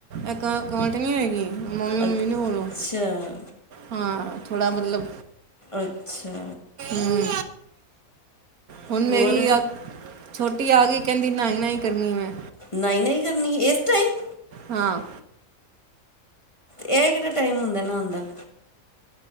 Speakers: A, on the right; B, on the left.
A: ਇਕਟ ਨੀ ਹੋਏਗੀ ਮੰਾਮਮੀ ਮੰਮੀ
B: ਅੱਛਾ
A: ਨੂੰ ਬੋਲੋ ਹਾਂ ਥੋ੍ਹਾ ਮਤਲਬ
B: ਅੱਛਾ
A: ਹੂੰ। ਹੁਣ
B: ਹੋਰ
A: ਮੇਰੀ ਆ ਛੋਟੀ ਰਟੀ ਆ ਗਈ ਕਹਿੰਦੀ ਨਾ ਹੀ ਨਾ ਹੀ ਕਰਨੀ ਮੈਂ
B: ਨ ਨਹੀਂ ਕਰਨੀ ਇਸ ਟਾਈਮ
A: ਹਾਂ
B: ਹੈੇਗੀ ਟਾਈਮ ਹੁੰਦਾ ਨਾ ਆਉਂਦਾ